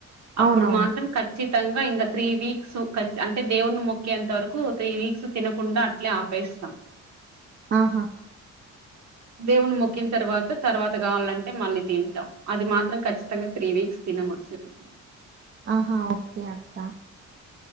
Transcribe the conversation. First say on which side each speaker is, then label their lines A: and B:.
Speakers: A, on the right; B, on the right.
A: అప్పుడు
B: అవునవును
A: మాత్రం ఖచ్చి తంగ ఇంకా త్రీ వీక్స్ ఖ అంటే దేవుని మొక్కేంత వరకు త్రీ వీక్స్ తినకుండా అట్లే ఆపేస్తాం.
B: ఆహా!
A: దేవున్ మొక్కిన్ తర్వాత తర్వాత కావాలంటే మళ్ళీ తింటాం. అది మాత్రం ఖచ్చితంగ త్రీ వీక్స్ తినం అస్సల్
B: ఆహా ఓకే అక్క.